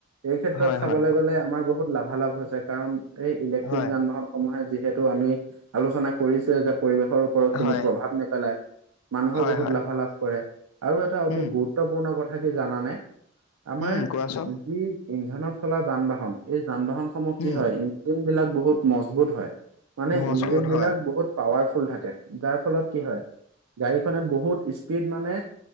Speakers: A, on the right; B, on the left.
A: এই ক্ষেত্ৰত
B: হয়,
A: চাবলৈ
B: হয়,
A: গ'লে আমাৰ বহুত লাভালাভ হৈছে কাৰণ এই ইলেক্ট্ৰিক
B: হয়,
A: যান বাহন সমূহে যিহেতু আমি আলোচনা কৰিছোৱে যে পৰিবেশৰ ওপৰত কোনো
B: হয়,
A: প্ৰভাৱ নেপেলাই মানুহৰ
B: হয়,
A: বহুত
B: হয়,
A: লাভালাভ কৰে আৰু এটা অতি
B: উম,
A: গুৰুত্ব গুৰুত্বপূৰ্ণ কথা কি জানানে আমাৰ
B: উম, কোৱাচোন,
A: যি ইন্ধনত চলা যান বাহন এই যান বাহন সমূহ কি
B: উম,
A: হয় ইঞ্জিন বিলাক বহুত মজবুত হয় মানে
B: মজবুত
A: ইঞ্জিন বিলাক
B: হয়,
A: বহুত পাৱাৰফুল থাকে যাৰ ফলত কি হয়। গাড়ীখনে বহুত স্পীড মানে